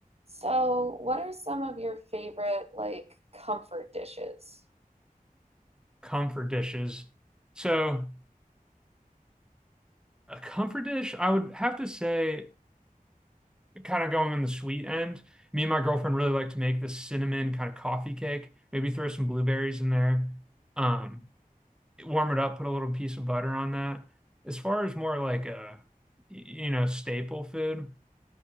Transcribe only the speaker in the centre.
comfort dishes. So a comfort dish, I would have to say, kind of going on the sweet end. Me and my girlfriend really like to make this cinnamon kind of coffee cake. Maybe throw some blueberries in there. Um, warm it up, put a little piece of butter on that. As far as more like a, y- you know, staple food,